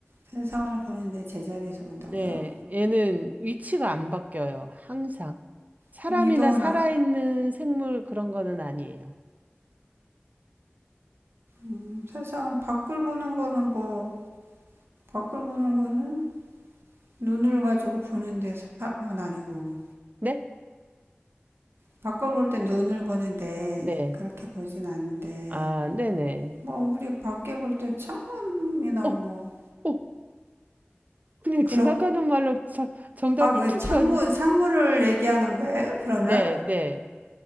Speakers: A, on the right; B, on the right.
A: 세상을 보는데 제자리에서 본다고요?
B: 네, 얘는 위치가 안 바뀌어요. 항상. 사람이나
A: 그럼 이동은
B: 살아있는
A: 아,
B: 생물 그런 거는 아니에요.
A: 음, 세상 밖을 보는 거는 뭐, 밖을 보는 거는 눈을 가지고 보는데 사람은 아니고,
B: 네?
A: 밖을 볼 때 눈을 보는데
B: 네.
A: 그렇게 보진 않는데,
B: 아, 네네.
A: 뭐, 우리 밖에 볼 때 창문이나
B: 어,
A: 뭐,
B: 어, 그냥
A: 그런,
B: 지나가는 말로 자- 정답을
A: 아, 그
B: 툭
A: 창문,
B: 던,
A: 창문을 얘기하는 거예요? 그러면?
B: 네, 네.